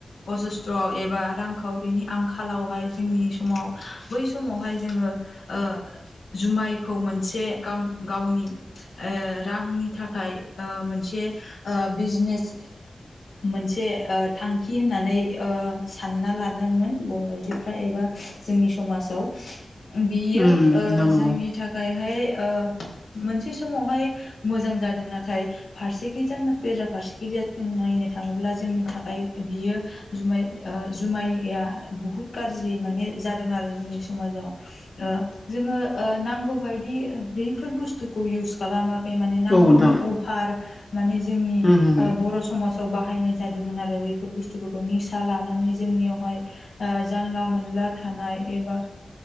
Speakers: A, on the left (about 80°); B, on the left (about 30°).
A: अजस्थ्रआव एबा रां खावरिनि आंखालावहाय जोंनि समाव बै समावहाय जोङो ओ जुमा यखौ मोनसे गाम गावनि ओ रांनि थाखाय ओ मोनसे ओ बिजनेस मोनसे ओ थांखि होननानै ओ सानना लानांगोन बर' आइजोफ्रा एबा जोंनि समाज आव बियो
B: उम
A: ओ
B: नोंथां नंगौ
A: जोंनि थाखायहाय ओ मोन से समावहाय मोजां जादों नाथाय फारसेखैजाय बेरा फारसेखैजाय नायनो थाङोब्ला जोंनि थाखाय बेयो जुमाय ओ जुमाइया बुहुत गाज्रि माने जादों आरो जोंनि समाजाव ओ जोङो ओ नांगौबायदि बे बेफोर बुस्थुखौ इउस खालामाखै माने नांगौनि
B: औ नोंथां
A: अभार माने जोंनि
B: उम उम
A: ओ बर' समाजाव बाहायनाय जादोंमोन आरो बेफोर बुस्थुफोरखौ निसा लानानै जोंनियाव हाय जानला मोनला थानाय एबा